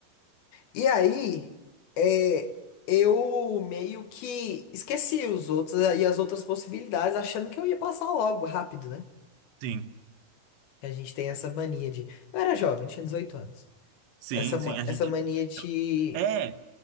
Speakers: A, on the left; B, on the right.
A: E aí, é, eu meio que esqueci os outros eh, e as outras possibilidades, achando que eu ia passar logo, rápido, né?
B: sim,
A: Que a gente tem essa mania de. Eu era jovem, tinha 18 anos.
B: sim,
A: Essa, ma-
B: sim. A gente
A: essa mania de.
B: É,